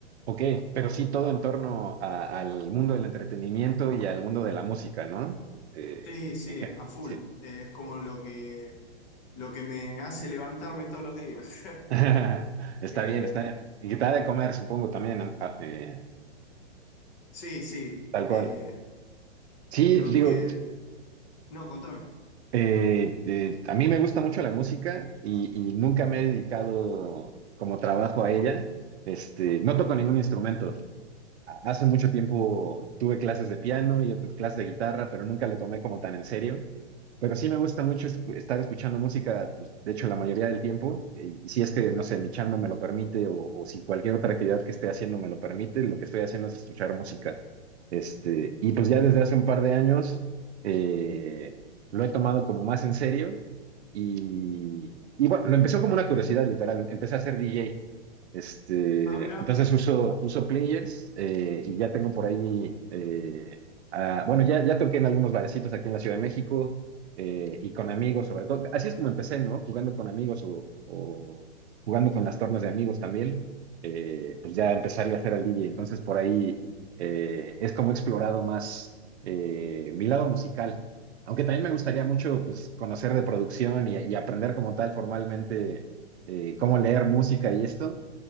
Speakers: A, on the right; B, on the left.
A: Ok, pero sí todo en torno a- al mundo del entretenimiento y al mundo de la música, ¿no? Eh,
B: Sí, sí,
A: en gen-
B: a full.
A: sí.
B: Eh, es como lo que, lo que me hace levantarme todos los días.
A: <laughs> Está
B: Eh,
A: bien, está bien. Y que te ha de comer, supongo, también, ¿no? ah, eh,
B: Sí, sí.
A: tal
B: eh,
A: cual. Sí,
B: lo
A: digo,
B: que... No, contame.
A: eh, eh, a mí me gusta mucho la música y, y nunca me he dedicado como trabajo a ella. Este, no toco ningún instrumento, Hace mucho tiempo tuve clases de piano y otras clases de guitarra, pero nunca lo tomé como tan en serio. Pero sí me gusta mucho es- estar escuchando música, pues, de hecho, la mayoría del tiempo. Y si es que, no sé, mi chamba me lo permite o, o si cualquier otra actividad que esté haciendo me lo permite, lo que estoy haciendo es escuchar música. Este, y pues ya desde hace un par de años eh, lo he tomado como más en serio. Y, y bueno, lo empezó como una curiosidad, literal. Empecé a ser DJ. Este,
B: Ah, mira.
A: entonces uso, uso players eh, y ya tengo por ahí, eh, ah, bueno, ya, ya toqué en algunos barecitos aquí en la Ciudad de México eh, y con amigos sobre todo. Así es como empecé, ¿no? Jugando con amigos o, o jugando con las tornas de amigos también, eh, pues ya empezarle a hacer al DJ. Entonces por ahí eh, es como he explorado más eh, mi lado musical. Aunque también me gustaría mucho pues, conocer de producción y, y aprender como tal formalmente eh, cómo leer música y esto